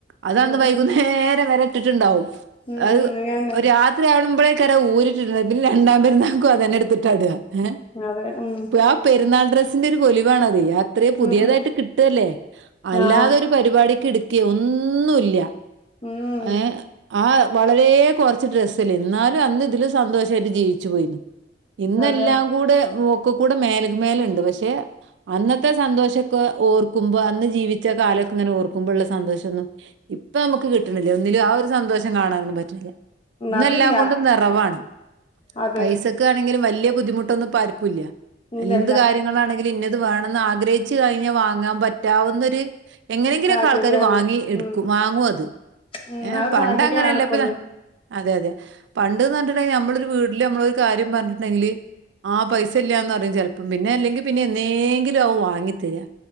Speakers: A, on the right; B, on the left.
A: അത അന്ന്
B: ഉം ഉം
A: വൈകുന്നേരം വരെ ഇട്ട്ട്ട്ണ്ടാവും
B: ഉം
A: അത്
B: ഉം അങ്ങനെന്നെ
A: രാത്രിയാവുമ്പളേ ക്കാരം ഊരിട്ടിണ്ടാവ പിന്നെ രണ്ടാം പെരുന്നാകും അതെന്നെ ഇട്ത്തിട്ട ഇട ങേ
B: അതെ ഉം
A: ആ പെരുന്നാൾ ഡ്രെസ്സിന്റെ ഒരു പൊലിവാണത് <unintelligible> ത്രെ പുതിയതായിട്ട്
B: ഉം ഉം
A: കിട്ടല്ലേ അല്ലാതെ
B: ആഹ്
A: ഒരു പരിപാടിക്ക് ട്ക്കെ ഒന്നുല്ല
B: ഉം
A: എ ആ വളരേ കൊറച്ച് ഡ്രെസ്സല്ലേ ന്നാലും ഇതില് സന്തോഷ ഷായിട്ട് ജീവിച്ച് പോയിന് ഇന്നെല്ലങ്കുടെ
B: അതെ
A: മുക്കിക്കൂടെ മേലക് മേലേണ്ട് പക്ഷേ അന്നത്തെ സന്തോശക്കേ ഓർക്കുമ്പ അന്ന് ജീവിച്ച കാലം കങ്ങന ഓർക്കുമ്പള്ള സന്തോഷന്നും.. ഇപ്പമ്മക്ക് കിട്ടിണില്ല ഒന്നിലും ആ ഒരു സന്തോഷം കാണാനും പറ്റില്ല ഇന്നെല്ലാം
B: അതില്ല
A: കൊണ്ടും നെറവാണ്
B: അതെ
A: പൈസക്കാണെങ്കിലും വല്യ ബുദ്ധിമുട്ടൊന്നും പ്പാർക്കുല്ല
B: ഇല്ലല്ല
A: എന്ത് കാര്യങ്ങളാണെങ്കിലും ഇന്നത് ത് വേണംന്ന് ആഗ്രഹിച്ച് കഴിഞ്ഞവാങ്ങ പറ്റാവുന്നൊര്എങ്ങനെങ്ങിലൊക്കെ
B: സാഹചര്യാണ്
A: വാങ്ങി ഇട്ക്
B: ഉം
A: വാങ്ങു അത്
B: ഉം
A: ങേ
B: ആ ഒരു
A: പണ്ടങ്ങനല്ല
B: സാഹചര്യാണ് ഇപ്പൊന്ന്
A: ഇപ്പത അതെതെ പണ്ട്ന്ന് പർഞ്ട്ടണ്ടെങ്കില് നമ്മളൊരു വീട്ടില് നമ്മളൊരു കാര്യം പറഞ്ഞിട്ട്ണ്ടെങ്കില് ആ പൈസ ഇല്ലാന്നറിം ചെൽപ്പ പിന്നെ ഏല്ലെങ്കി പിന്നെ എന്നെങ്കിലാവും വാങ്ങി തരാ